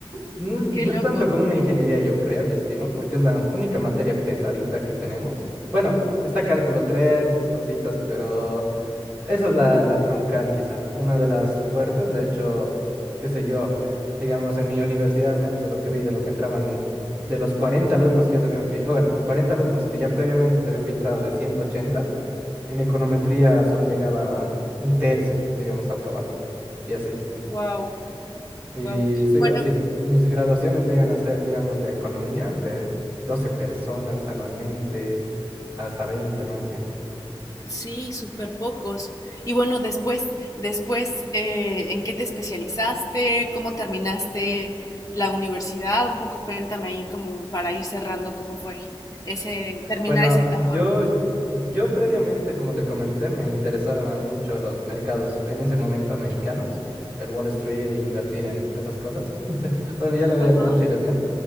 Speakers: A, on the right (about 15°); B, on the left (about 35°).
A: No
B: Qué
A: no
B: loco.
A: tanto como una ingeniería, yo creo y estimo, porque es la única materia pesadita que tenemos. Bueno, está cálculo 3 y esas cositas, pero Esa es la, la troncal, quizá, una de las fuertes. De hecho, qué sé yo, digamos, en mi universidad, al menos de lo que vi, de lo que entraban, de los cuarenta alumnos que ya se habían filtrado, bueno, 40 alumnos que ya previamente se habían filtrado de ciento ochenta en econometría solo llegaba un tercio, digamos, a probar. Y así.
B: Wow,
A: Y
B: wow.
A: sí,
B: Bueno.
A: así mis graduaciones llegan a ser, digamos, de economía, de 12 personas anualmente, hasta 20 máximo.
B: Sí, súper pocos. Y bueno, después, después, eh, ¿en qué te especializaste? ¿Cómo terminaste la universidad? Un poco cuéntame ahí como para ir cerrando cómo fue ese, terminar
A: Bueno,
B: esa etapa.
A: yo, yo previamente, como te comenté, me interesaban mucho los mercados en ese momento americanos, el Wall Street e invertir en esas cosas. <laughs> Bueno, yo lo veía
B: Ajá.
A: con mucha ilusión.